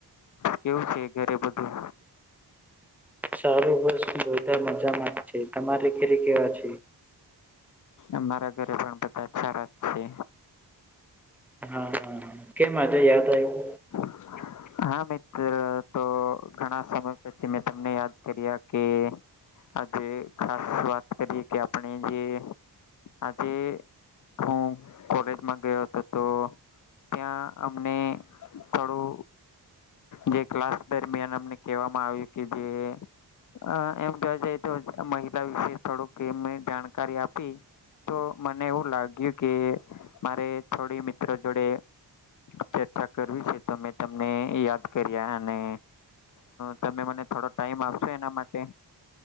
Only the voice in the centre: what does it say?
સારું બસ બધા મજામાં છે તમારે ઘીરે કેવા છે.
હા હા હા કેમ માટે યાદ આવ્યું.